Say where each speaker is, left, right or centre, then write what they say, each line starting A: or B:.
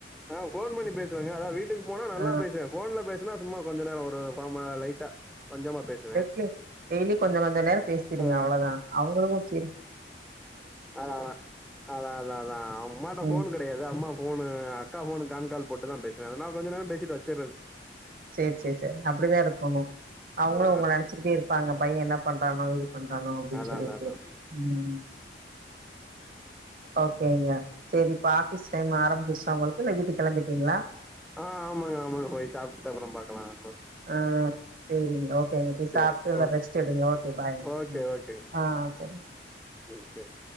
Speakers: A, in the centre; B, on the right.
A: ஆ ஃபோன் பண்ணி பேசுவேங்க அதா வீட்டுக்கு போனா நல்லா
B: ஆ
A: பேசுவே ஃபோன்ல பேசுனா சும்மா கொஞ்ச நேரோ ஒரு ஃபாமா லைட்டா கொஞ்சமா பேசு
B: டெய்லியு டெய்லி கொஞ்ச கொஞ்ச நேரோ பேசிருங்க
A: ஆ
B: அவ்ளதா அவுங்களுக்கு சேரி
A: அதாதா அதா அதா அதா அம்மாட்ட
B: ம்
A: ஃபோன் கெடயாது அம்மா ஃபோனு அக்கா ஃபோனுக்கு கான் கால் போட்டுதா பேசுவே அதனால கொஞ்ச நேரோ பேசிட்டு வச்சுறது
B: சேர் சேர் சேர் அப்டிதாருக்கொனு அவுங்களு
A: ஆ
B: உங்கள நெனச்சுகிட்டே இருப்பாங்க பையே என்ன பண்றானோ ஏது பண்றானோ அப்டின்
A: அதா
B: சொல்லிட்டு
A: அதா அதா
B: ம் ஓகேங்ளா செரி இப்ப ஆஃபீஸ் டைம் ஆரம்பிச்சுருச்சா ஒங்களுக்கு இல்ல வீட்டுக் கெளம்பிட்டீங்ளா
A: ஆ ஆமாங்க ஆமாங்க போய் சாப்ட்டு அப்றோ பாக்லா <inaudible>
B: ஆ சேரிங்க ஓ கேங்க போய்
A: சேரி
B: சாப்ட்டு நல்லா
A: ஓகே
B: ரெஸ்ட்டெடுங்க ஓகே பாய்
A: ஓகே
B: ம்
A: ஓகேங்க
B: ஆ ஆ செரி
A: ம் சேர்